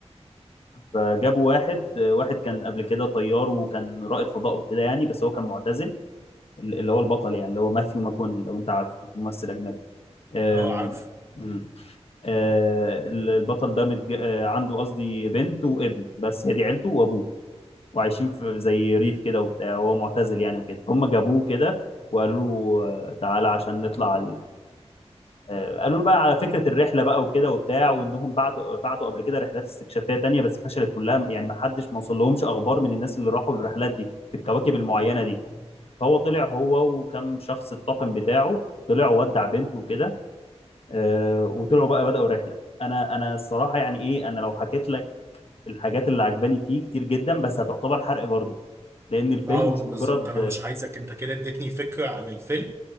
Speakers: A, on the left (about 60°); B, on the right (about 25°).
A: فجابوا واحد واحد كان قبل كده طيار وكان رائد فضاء وكده يعني بس هو كان معتزل اللي هو البطل يعني اللي هو ماثيو ماكوني لو انت عارفه ممثل اجنبي أم...
B: اه عارف
A: أم. آه، البطل ده متج... آه، عنده قصدي بنت وابن بس هي دي عيلته وابوه وعايشين في زي ريف كده وبتاع وهو معتزل يعني وكده فهم جابوه كده وقالوا له آه، تعالى عشان نطلع آه، قالوا له بقى على فكره الرحله بقى وكده وبتاع وانهم بعتوا بعتوا قبل كده رحلات استكشافيه تانية بس فشلت كلها يعني ما حدش ما وصل لهمش اخبار من الناس اللي راحوا الرحلات دي في الكواكب المعينه دي فهو طلع هو وكم شخص الطاقم بتاعه طلعوا ودع بنته وكده آه، وطلعوا بقى بداوا الرحله انا انا الصراحه يعني ايه انا لو حكيت لك الحاجات اللي عجباني فيه كتير جدا بس هتعتبر حرق برضه لان الفيلم
B: اه
A: مش
B: بالظبط
A: مجرد
B: انا مش عايزك انت كده اديتني فكره عن الفيلم